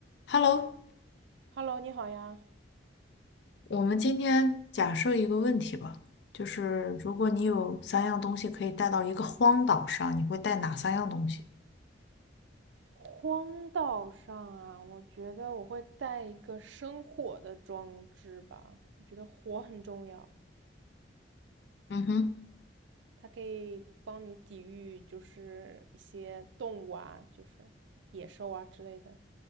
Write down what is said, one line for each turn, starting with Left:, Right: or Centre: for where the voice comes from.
Left: Hello，
Right: Hello，你好呀。
Left: 我们今天假设一个问题吧，就是如果你有三样东西可以带到一个荒岛上，你会带哪三样东西？
Right: 荒岛上啊，我觉得我会带一个生火的装置吧。我觉得火很重要，
Left: 嗯哼，
Right: 它可以帮你抵御就是一些动物啊，就是野兽啊之类的。